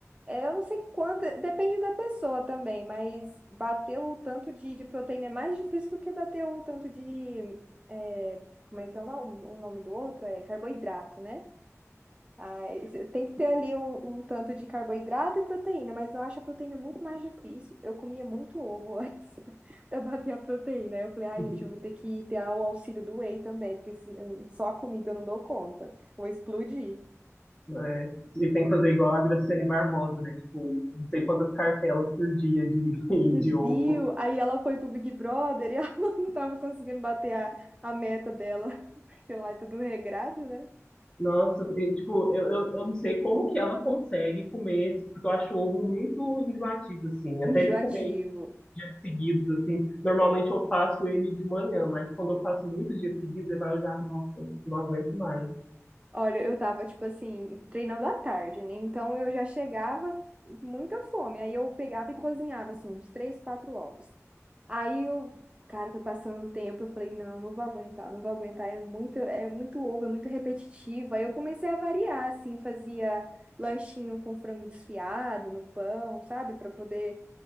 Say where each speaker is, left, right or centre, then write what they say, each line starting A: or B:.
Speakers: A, on the right (about 20°); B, on the left (about 20°).
A: é, eu não sei quanto, depende da pessoa também, mas bater o tanto de, de proteína é mais difícil do que bater o tanto de, é, como é que é o nome, o nome do outro? É carboidrato, né? Ai, cê tem que ter ali um, um tanto de carboidrato e proteína, mas eu acho a proteína muito mais difícil. Eu comia muito ovo <laughs> antes para bater a proteína. Aí eu falei, ai,
B: <laughs>
A: gente, eu vou ter que ter o auxílio do whey também, porque se- hum, só a comida eu não dou conta. Vou explodir.
B: É, e tem que fazer igual a Graciane Barbosa, né? Tipo, não sei quantas cartelas por dia de, <laughs>
A: Você
B: de
A: Viu?
B: ovo.
A: Aí ela foi pro Big Brother e <laughs> ela não tava conseguindo bater a, a meta dela, sei lá, é tudo regrado, né?
B: Nossa, e, tipo, eu, eu, eu não sei como que ela consegue comer esse, porque eu acho o ovo muito enjoativo, assim, até
A: Enjoativo.
B: de comer dias seguidos, assim. Normalmente eu faço ele de manhã, mas quando eu faço muitos dias seguidos, eu falo já, nossa, não aguento mais.
A: Olha, eu tava, tipo assim, treinando à tarde, né? Então eu já chegava com muita fome. Aí eu pegava e cozinhava, assim, uns três, quatro ovos. Aí o cara foi passando o tempo, eu falei, não, não vou aguentar, não vou aguentar, é muito, é muito ovo, é muito repetitivo. Aí eu comecei a variar, assim, fazia lanchinho com frango desfiado no pão, sabe? Pra poder